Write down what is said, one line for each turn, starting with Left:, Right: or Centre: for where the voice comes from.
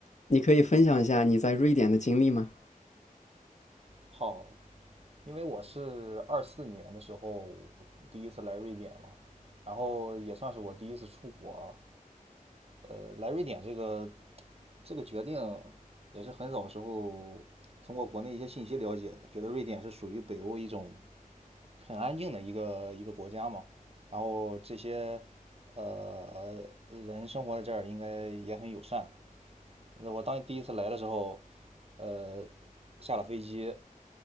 Left: 你可以分享一下你在瑞典的经历吗？
Right: 好，因为我是二四年的时候第一次来瑞典嘛，然后也算是我第一次出国啊。呃，来瑞典这个这个决定也是很早时候通过国内一些信息了解的，觉得瑞典是属于北欧一种很安静的一个一个国家嘛，然后这些呃人生活在这儿应该也很友善。那我当第一次来的时候，呃，下了飞机，